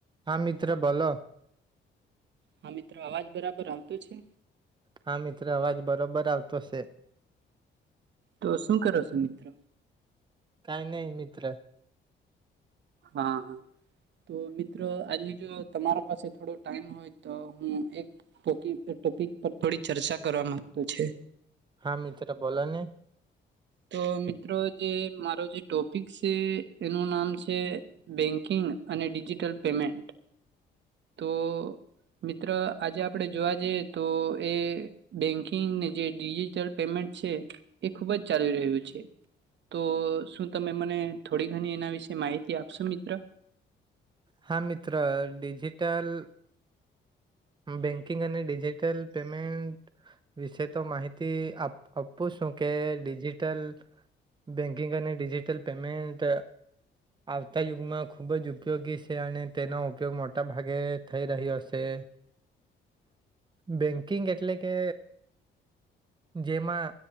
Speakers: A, on the right (about 25°); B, on the right (about 65°).
A: હા મિત્ર બોલો.
B: હા મિત્રો આવાજ બરાબર આવતો છે?
A: હા મિત્ર આવાજ બરોબર આવતો છે.
B: તો શું કર છું મિત્ર.
A: કઈ નહી મિત્ર.
B: હા, હા. તો મિત્રો આજે જો તમારા પાસે થોડો ટાઈમ હોય તો હું એક ટોપિક પર થોડી ચર્ચા કરવા માંગત છે.
A: હા મીત્ર બોલોને.
B: તો મિત્રો જે મારો જે ટોપિક છે, એનું નામ છે બેંક કિગ અને ડિજિટલ પેમેન્ટ. તો મિત્ર આજે આપણેે જોવા જઈએ, તોએ બેંકિંગને જે ડિજિટલ પેમેન્ટ છે, એ ખુબ જ ચાલી રહ્યું છે. તો શું તમે મને થોડી ઘણી એના વિશે માહિતી આપશો મિત્ર.
A: હા મિત્ર ડિજિટલ બેંકિંગ અને ડિજિટલ પેમેન્ટ વિશેતો માહિતી આપ આપું છું કે ડિજિટલ બેંકિંગ અને ડિજીિટલ પેમેન્ટ આવતા યુગમાં ખૂબ જ ઉપયોગી છે, અને તેનો ઉપયોગ મોટાભાગે થઈ રહ્યો હશે. બેંકિંગ એટલે કે જેમાં